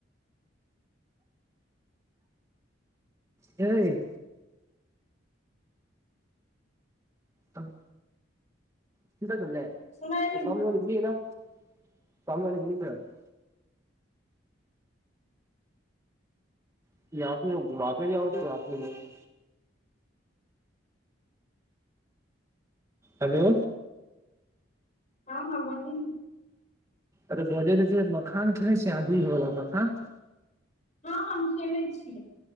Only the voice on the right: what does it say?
ए तब <unintelligible>
<unintelligible> हेलो
अरे बजे छै मखान खेनाइ छै आदूधवला मखान